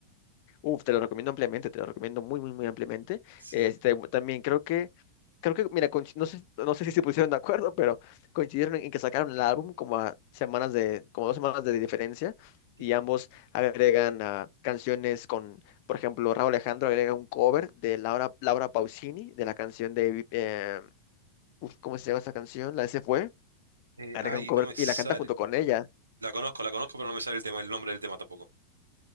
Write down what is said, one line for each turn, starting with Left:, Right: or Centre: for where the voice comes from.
Left: Uf, te lo recomiendo ampliamente, te lo recomiendo muy, muy, muy ampliamente.
Right: Sí.
Left: Este, también creo que, creo que, mira, coinci- no sé, no sé si se pusieron de acuerdo, pero coincidieron en que sacaron el álbum como a semanas de, como dos semanas de diferencia, y
Right: Mm.
Left: ambos agregan ah, canciones con, por ejemplo, Raúl Alejandro agrega un cover de Laura, Laura Pausini, de la canción de, eh, uf, ¿cómo se llama esa canción? La de Se Fue,
Right: Eh,
Left: agrega
Right: ay,
Left: un cover
Right: no me sale.
Left: y la canta junto con ella.
Right: La conozco, la conozco, pero no me sale el tema, el nombre del tema tampoco.